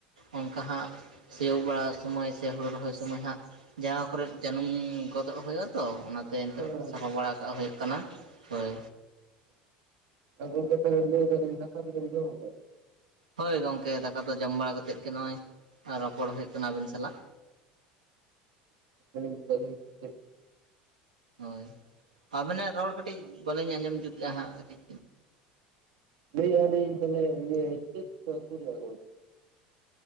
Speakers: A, on the right (about 80°); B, on the right (about 70°).
A: ᱚᱱᱠᱟ ᱦᱟᱸᱜ ᱥᱤᱭᱳᱜ ᱵᱟᱲᱟ ᱥᱩᱢᱟᱹᱭ ᱥᱮ ᱦᱳᱲᱩ ᱨᱚᱦᱚᱭ ᱥᱩᱢᱟᱹᱭ ᱦᱟᱸᱜ ᱡᱟᱦᱟᱸ ᱠᱚᱨᱮᱫ ᱡᱟᱹᱱᱩᱢ ᱜᱚᱫᱚᱜ ᱦᱳᱭᱳᱜ-ᱟ, ᱛᱚ ᱚᱱᱟᱛᱮ
B: ᱟᱠᱟᱫᱟ?
A: ᱱᱤᱛᱚᱜ ᱥᱟᱯᱷᱟ ᱵᱟᱲᱟ ᱠᱟᱜ ᱦᱳᱭᱳᱜ ᱠᱟᱱᱟ, ᱦᱳᱭ᱾
B: ᱜᱚᱝᱠᱮ ᱛᱟᱦᱞᱮ ᱞᱟᱹᱭ ᱫᱟᱞᱤᱧ ᱫᱟᱠᱟ ᱠᱚᱫᱚ ᱵᱤᱱ ᱡᱚᱢ ᱠᱮᱫᱟ?
A: ᱦᱳᱭ ᱜᱚᱝᱠᱮ, ᱫᱟᱠᱟ ᱫᱚ ᱡᱚᱢ ᱵᱟᱲᱟ ᱠᱟᱛᱮᱫ ᱜᱮ ᱱᱚᱜᱼᱚᱭ ᱨᱚᱯᱚᱲ ᱦᱩᱭᱩᱜ ᱠᱟᱱᱟ ᱟᱵᱤᱱ ᱥᱟᱞᱟᱜ᱾
B: <unintelligible>
A: ᱦᱳᱭ, ᱟᱵᱮᱱᱟᱜ ᱨᱚᱲ ᱠᱟᱹᱴᱤᱡ ᱵᱟᱞᱤᱧ ᱟᱸᱡᱚᱢ ᱡᱩᱛᱷ ᱮᱜᱼᱟ ᱦᱟᱸᱜ ᱠᱟᱴᱤᱡ
B: ᱞᱟᱹᱭ ᱟᱞᱤᱧ, ᱛᱟᱦᱞᱮ ᱤᱭᱟᱹ ᱪᱮᱫ ᱯᱮ ᱩᱛᱩ ᱞᱮᱜ-ᱟ ᱜᱚᱝᱠᱮ?